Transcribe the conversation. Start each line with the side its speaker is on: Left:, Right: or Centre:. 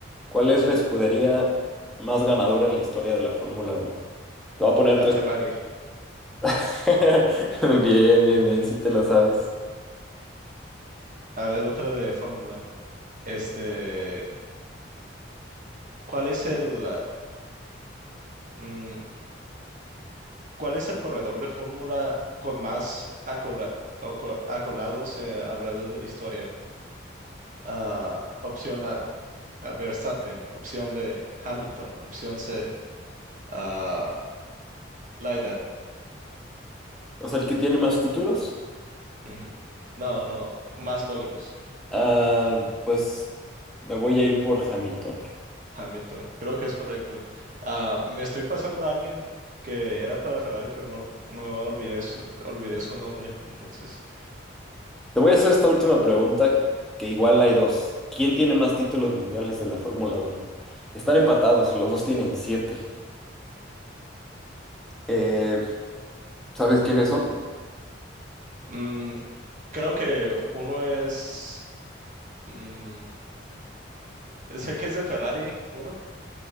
Centre: ¿cuál es
Right: Mm,
Centre: la escudería más ganadora en la historia de la Fórmula Uno? Te voy a poner
Right: A
Centre: tres.
Right: Ferrari.
Centre: <laughs> Bien, bien, bien, si te la sabes.
Right: A ver, otra de Fórmula. Este, ¿cuál es el, mm, cuál es el corredor de Fórmula con más acola- oco- acolados eh, alrededor de la historia? Ah, opción A, ah, Verstappen. Opción B, Hamilton. Opción C, ah, Laida.
Centre: O sea, el que tiene más títulos,
Right: Ujú. No, no, no. Más logros.
Centre: ah, pues me voy a ir por Hamilton.
Right: Hamilton, creo que es correcto. Ah, me estoy pasando a alguien que era para Ferrari, pero no, no olvidé su, olvidé su nombre. Entonces,
Centre: Te voy a hacer esta última pregunta, que igual hay dos. ¿Quién tiene más títulos mundiales de la Fórmula Uno? Están empatados, los dos tienen siete. Eh, ¿sabes quiénes son?
Right: mm, creo que uno es, mm, sé que es de Ferrari, uno,